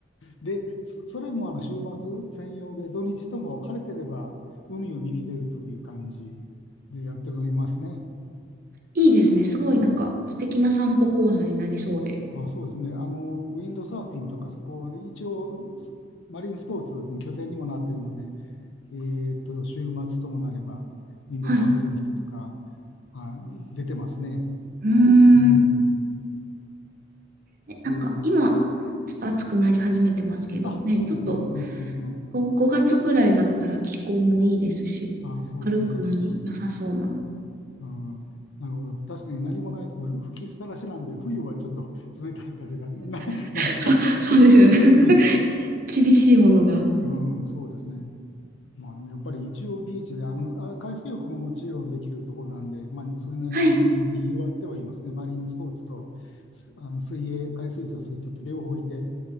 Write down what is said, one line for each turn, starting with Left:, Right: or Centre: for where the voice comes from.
Left: で、そそれもあの週末専用で、土日とも晴れてれば海を見に出るという感じでやっておりますね。
Right: いいですね。すごいなんか素敵な散歩コースになりそうで。
Left: あ、そうですね、あのウィンドサーフィンとか、そこは一応、マリンスポーツの拠点にもなっているので、えーと、週末ともなれば、ウィンドサーフィンの人とか、
Right: はい。う
Left: あ、出てますね。
Right: ーん。
Left: うん。
Right: ねなんか今、
Left: で、
Right: ちょっと暑くなり始めてますけど、
Left: あ、
Right: ね、
Left: そうですね。
Right: ちょっと
Left: うんうんうん。
Right: ご 5, 月ぐらいだったら気候もいいですし、
Left: あ、そうですね。
Right: 歩くのに良さそうな。
Left: うん。うん、なるほど。確かに何もないとこふ吹きっさらしなんで、冬はちょっと冷たい風が、な、
Right: <laughs>
Left: 夏は
Right: そう、
Left: <laughs>
Right: そうですよね。
Left: 日照りに。
Right: <laughs> 厳しいものが。
Left: うん、そうですね。まあ、でもやっぱり一応ビーチで、あの、あ、海水浴ももちろんできるところなんで、まあ、それなりに、
Right: はい。
Left: に、にぎわってはいますね。マリンスポーツと、すあの、水泳、海水浴をする人と両方いて、